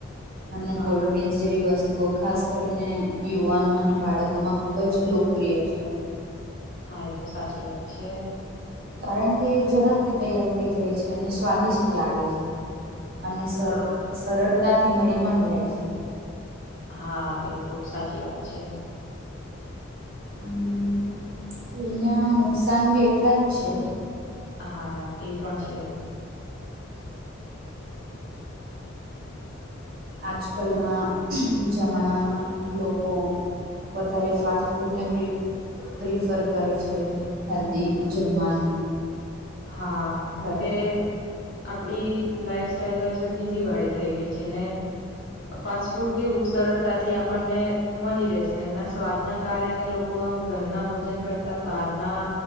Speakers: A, on the right; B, on the left.
A: અને
B: હા
A: કોલ્ડ્રિંક્સ જેવી વસ્તુઓ ખાસ કરીને યુવાનો અને બાળકોમાં ખૂબ જ લોકપ્રિય છે.
B: હા એ તો સાચી વાત છે.
A: કારણ કે ઝડપથી તૈયાર થઈ જાય છે અને સ્વાદિષ્ટ લાગે છે. અને સર
B: હા
A: સરળતાથી મળી પણ જાય છે.
B: હા એ તો સાચી વાત છે.
A: હમ્મ એના નુકસાન બી એટલા જ છે.
B: હા એ પણ છે.
A: આજ કલના જમાનામાં લોકો વધારે ફાસ્ટ ફૂડ ને પ્રિ પ્રિફર કરે છે હેલ્દી જમવાનું.
B: હા, કેમકે
A: કરતાં
B: આપણી લાઈફસ્ટાઈલ જ બીજી વાળી થઈ ગઈ છે ને ફાસ્ટ ફૂડ કેવું સરળતાથી આપણને મલી રેહ છે એના સ્વાદના કારણે લોક કો આમ ઘરના ભોજન કરતા બાર ના